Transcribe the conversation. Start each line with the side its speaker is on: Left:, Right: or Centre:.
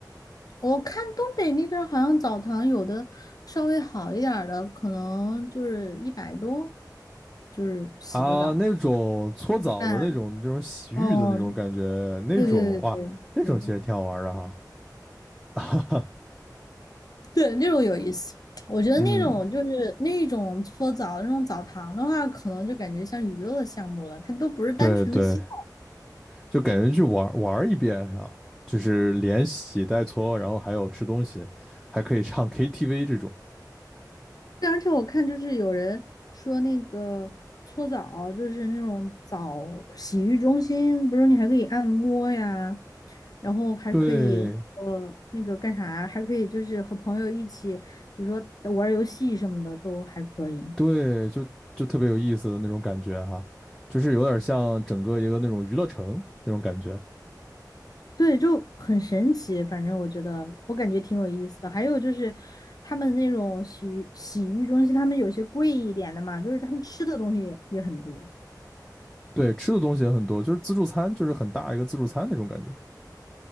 Left: 我看东北那边儿好像澡堂有的稍微好一点儿的，可能就是一百多，就是洗个澡、
Centre: 啊，那种搓澡的那种、
Left: 吃饭。
Centre: 那种洗浴的那种感觉，
Left: 哦，
Centre: 那种哇，
Left: 对对对对对。
Centre: 那种其实挺好玩儿的哈。<laughs>
Left: 对，那种有意思。我觉得那种就是那种搓澡、
Centre: 嗯，
Left: 那种澡堂的话，可能就感觉像娱乐的项目了，它都不是单纯的洗澡。
Centre: 对对，就感觉去玩玩儿一遍啊，就是连洗带搓，然后还有吃东西，还可以唱 KTV 这种。
Left: 对，而且我看就是有人说那个搓澡，就是那种澡洗浴中心，不是你还可以按摩呀，然后还可以呃那个干啥，
Centre: 对
Left: 还可以就是和朋友一起，比如说玩儿游戏什么的都还可以。
Centre: 对，就就特别有意思的那种感觉哈，就是有点像整个一个那种娱乐城那种感觉。
Left: 对，就很神奇。反正我觉得，我感觉挺有意思的。还有就是，他们那种洗浴洗浴中心，他们有些贵一点的嘛，就是他们吃的东西也也很多。
Centre: 对，吃的东西也很多，就是自助餐，就是很大一个自助餐那种感觉，